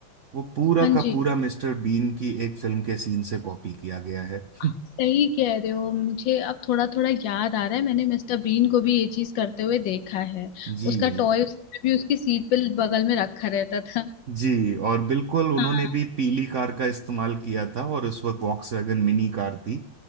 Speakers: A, on the right; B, on the left.
A: वो पूरा
B: हाँ
A: का
B: जी
A: पूरा मिस्टर बीन की एक फिल्म के सीन से कॉपी किया गया है
B: आप
A: <laughs>
B: सही कह रहे हो मुझे अब थोड़ा थोड़ा याद आ रहा है मैंने मिस्टर बीन को भी ये चीज करते हुए देखा है
A: जी
B: उसका टॉय उसने भी उसकी सीट पे बगल में रखा रहता था
A: जी और बिल्कुल उन्होंने
B: हाँ
A: भी पीली कार का इस्तेमाल किया था और उस वक्त वॉक्सवैगन मिनी कार थी